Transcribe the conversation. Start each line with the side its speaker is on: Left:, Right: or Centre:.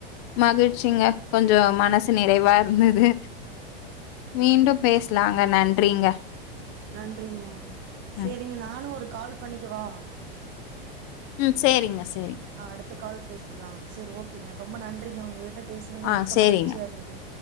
Left: மகிழ்ச்சிங்க கொஞ்சம் மனசு நிறைவா இருந்தது மீண்டும் பேசலாங்க நன்றிங்க
Right: நன்றிங்க சேரிங்க
Left: ம்.
Right: நானும் ஒரு கால் பண்ணிக்கவா
Left: ம் சேரிங்க
Right: ஆஹ் அடுத்த கால் பேசிக்கலாம் சரி ஓகேங்க ரொம்ப நன்றிங்க உங் பேசுறது
Left: ஆ,
Right: மிக்க
Left: சரிங்க.
Right: மகிழ்ச்சியா இருந்தது